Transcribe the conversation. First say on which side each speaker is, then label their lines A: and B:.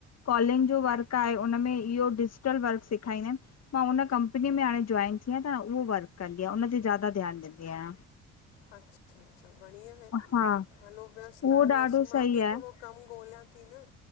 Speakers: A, on the left (about 45°); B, on the left (about 85°).
A: कॉलिंग जो वर्क आए उनमें इओ डिज़ीटल वर्क सिखाईंदा आइनि मां हुन कंपनीअ में हाणे जोइन वेठी आया त उओ वर्क कंदी आया उन ते ज्यादा ध्यानु ॾींदी आयां
B: अच्छा अच्छा बढ़िया आहे
A: हा
B: हलो व्यस्त
A: उहो
B: आयो
A: ॾाढो
B: असि मां
A: सही
B: बि
A: आहे
B: थोड़ो कमु ॻोल्हियां ती न